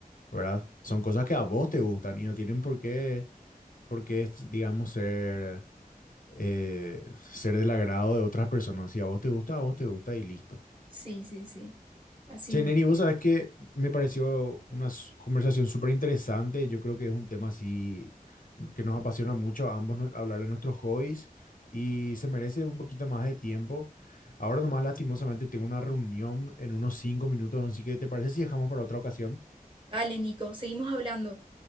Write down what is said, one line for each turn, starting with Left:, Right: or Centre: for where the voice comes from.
Left: ¿verdad? Son cosas que a vos te gustan y no tienen por qué, por qué, es, digamos, ser, eh, ser del agrado de otras personas. Si a vos te gusta, a vos te gusta y listo.
Right: Sí, sí, sí. Así
Left: Che,
Right: mismo.
Left: Neri, vos sabés que me pareció una s- conversación súper interesante. Yo creo que es un tema así que nos apasiona mucho a ambos nu- hablar de nuestros hobbies y se merece un poquito más de tiempo. Ahora nomás lastimosamente tengo una reunión en unos cinco minutos, así que ¿te parece si dejamos para otra ocasión?
Right: Dale, Nico, seguimos hablando.